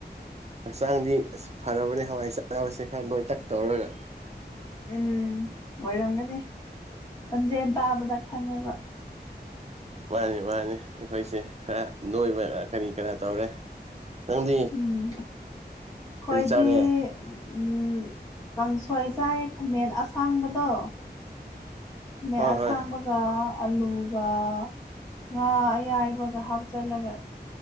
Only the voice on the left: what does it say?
ꯎꯝ ꯑꯣꯏꯔꯝꯒꯅꯤ ꯈꯣꯟꯖꯦꯟ ꯇꯥꯕꯗ ꯈꯪꯉꯦꯕ
ꯎꯝ ꯑꯩꯈꯣꯏꯗꯤ
ꯎꯝ ꯀꯥꯡꯁꯣꯏ ꯆꯥꯏ ꯈꯥꯃꯦꯟ ꯑꯁꯥꯡꯕꯗꯣ ꯈꯃꯦꯟꯑꯁꯥꯡꯕ
ꯒ ꯑꯂꯨꯒ ꯉꯥ ꯑꯌꯥꯏꯕꯒ ꯍꯥꯞꯆꯜꯂꯒ